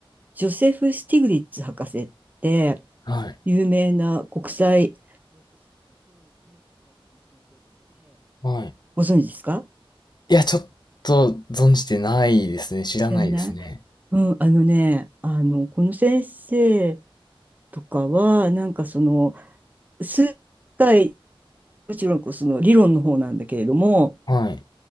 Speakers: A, on the right; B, on the left.
A: ジョセフ・スティグリッツ博士って、
B: はい。
A: 有名な国際、
B: はい。
A: ご存知ですか
B: いや、ちょっと存じてないですね。知らないですね。
A: 知らない。うん、あのね、あの、この先生とかは、なんかその、数回、もちろんこうその理論の方なんだけれども、
B: はい。